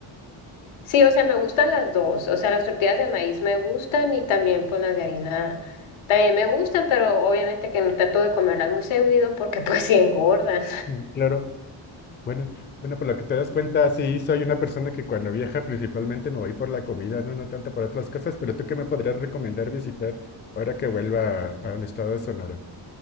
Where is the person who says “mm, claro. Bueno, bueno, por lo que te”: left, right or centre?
Left